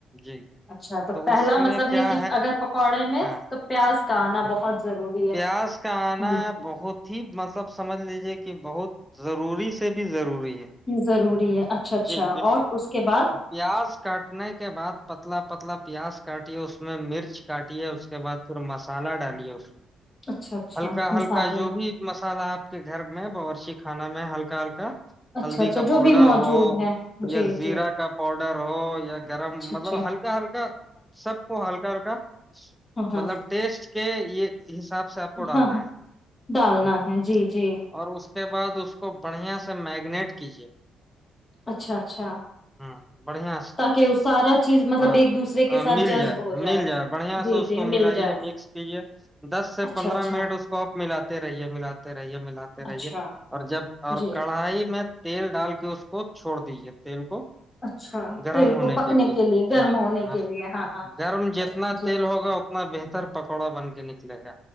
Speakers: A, in the centre; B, on the left.
A: جی
B: اچھا تو پہلا
A: اس میں
B: مطلب
A: کیا
B: ہے کہ اگر پکوڑے میں
A: ہاں
B: تو پیاز کا آنا
A: ہاں
B: بہت ضروری
A: پیاس کا
B: ہے
A: آنا بہت ہی مطلب سمجھ لیجیے کہ کہ بہت ضروری سے بھی ضروری
B: ضروری ہے اچھا اچھا
A: جی بالکل
B: اور اس کے بعد
A: تو پیاز کاٹنے کے بعد پتلا پتلا پ پیاز <unintelligible> کاٹ ہے اس میں مرچ کاٹ ہے اس کے بعد پھر م سالڈ آ نہیں اش
B: اچھا اچھا
A: ہلکا
B: مسالے
A: ہلکا جو
B: میں
A: بھی مسالہ آپ کے گھر میں باورشی خانا میں ہلکا ہلکا
B: اچھا
A: ہلدی
B: اچھا
A: کا
B: جو
A: پاؤڈر
B: بھی موجود
A: ہو
B: ہے جی
A: یا زیرہ
B: جی
A: کا پاؤڈر ہو یا گرم
B: اچھا
A: مطلب
B: اچھا
A: ہلکا ہلکا سب کو ہلکا ہلکا
B: ہاں ہاں
A: مطلب ٹیسٹ کے یہ حساب سے آپ کو ڈالنا
B: ہاں ہاں
A: ہے
B: ڈالنا
A: ہوں
B: ہے جی جی
A: اور اس بڑھیا سے میگنیٹ ے
B: اچھا اچھا
A: ہ بڑھیا سے
B: تاکہ وہ سارا چیز مطلب
A: ہاں
B: ایک دوسرے کے ساتھ
A: مل
B: جذب
A: جائے
B: ہو
A: مل جائے بڑھیا
B: جی
A: سے اس
B: جی
A: کو
B: مل
A: ملاائیے
B: جائے
A: مکس کیجے دس سے
B: اچھا
A: پندرہ
B: اچھا
A: منٹ اس کو آ ملا رہیے ملاتے رہیے ملاتے رہیے
B: اچھا
A: اور جب اور
B: جی
A: کڑھائی بھی میں تیل ڈال کے اس کو چھوڑ دیجیے تیل کو
B: اچھا
A: گرم
B: تیل
A: ہونے
B: کو پکنے
A: کے لیے
B: گرم
A: ہاں
B: ہونے
A: ہاں
B: کے لیے ہاں
A: گرم جتنا
B: جی
A: تیل ہوگا اتنا بہتر پکوڑا بن کے نکلے گا